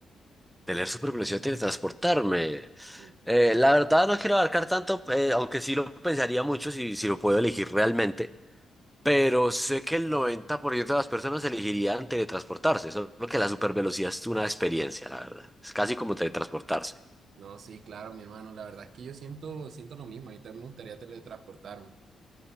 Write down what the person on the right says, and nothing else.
Sí,
no,
no, sí, claro, mi hermano, la verdad es que yo siento, siento lo mismo, a mí también me gustaría teletransportarme.